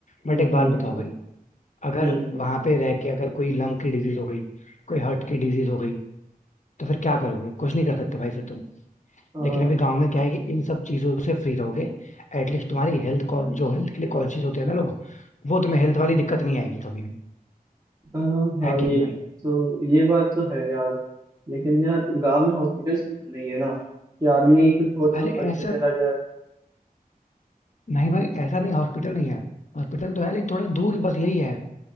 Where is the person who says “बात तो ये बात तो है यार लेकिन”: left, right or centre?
Right